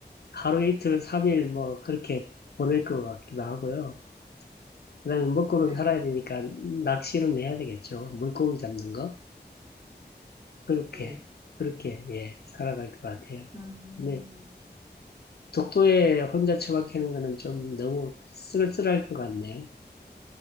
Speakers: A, on the left (about 65°); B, on the right (about 20°).
A: 하루 이틀, 삼일 뭐 그렇게 보낼 것 같기도 하고요. 그다음에 먹고는
B: 네네,
A: 살아야 되니까 낚시는 해야 되겠죠. 물고기 잡는 거. 그렇게,
B: 네.
A: 그렇게, 예, 살아갈 것 같아요.
B: 음,
A: 근데 독도에 혼자 처박히는 거는 좀 너무 쓸쓸할 것 같네.